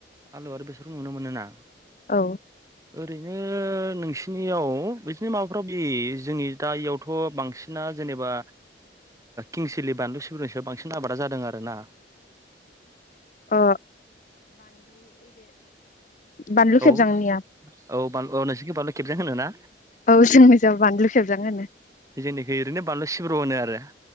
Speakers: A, on the right; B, on the left.
A: आलुआ आरो बेसरखौ नुनो मोनोना?
B: औ
A: ओरैनो नोंसिनियाव बिदिनो माबाफ्राव बे जोंनि दा इयावथ' बांसिना जेनेबा किंसिलि बानलु सिब्रनिसाय बांसिन आबादा जादों आरो ना।
B: अ। बानलु
A: औ
B: खेबजांनिया
A: औ औ नोंसोरनिखि बालौ। खेबजां होनो ना?
B: औ जोंनि जा बानलु खेबजां होनो
A: जोंनिखै ओरैनो बानलु सिब्र' होनो आरो